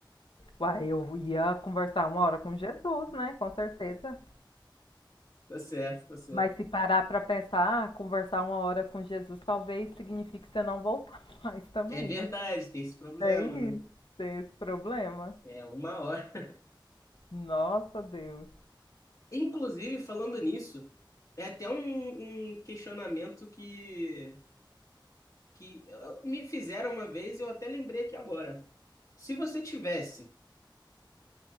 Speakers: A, on the left; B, on the left.
A: Uai, eu ia conversar uma hora com Jesus, né? Com certeza.
B: Tá certo, tá certo.
A: Mas se parar para pensar, ah, conversar uma hora com Jesus talvez signifique você não voltar <laughs> mais também,
B: É verdade,
A: né?
B: tem esse problema,
A: Tem
B: né?
A: isso, tem esse problema.
B: É uma hora.
A: Nossa, Deus.
B: Inclusive, falando nisso, é até um, um questionamento que, que eh, me fizeram uma vez e eu até lembrei aqui agora. Se você tivesse